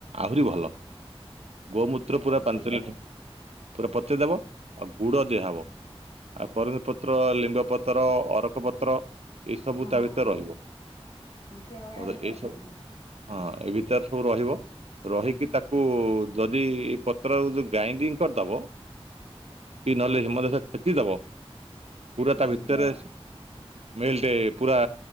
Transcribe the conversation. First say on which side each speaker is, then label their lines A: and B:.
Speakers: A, on the right; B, on the left.
A: ଆହୁରି ଭଲ। ଗୋମୂତ୍ର
B: ସେଇଟା
A: ପୁରା
B: ପଚେଇଦବ
A: ପାଞ୍ଚ ଲିଟ, ପୁରା ପଚେଇଦବ ଆଉ ଗୁଡ ଦିଆହବ। ଆଉ କରଞ୍ଜ ପତ୍ର, ଲିମ୍ବପତ୍ର, ଅରଖପତ୍ର ଏସବୁ
B: ହଁ
A: ତା
B: ହଁ
A: ଭିତରେ
B: ହଁ
A: ରହିବ,
B: ହଁ ସେ ଅରଖ
A: ହଁ ତ
B: ପତ୍ର
A: ଏସବୁ
B: ହଁ
A: ହଁ ଏ ଭିତରେ ସବୁ ରହିବ, ରହିକି ତାକୁ ଯଦି ଏ ପତ୍ର କୁ ଯଦ ଗ୍ରାଇଣ୍ଡିଙ୍ଗ କରିଦବ, କି ନହେଲେ ହେମଦସ୍ତାରେ ଛେଚି ଦବ। ପୁରା
B: ସେ
A: ତା
B: ଶୀଘ୍ର
A: ଭିତରେ ମେଲଟେ ପୁରା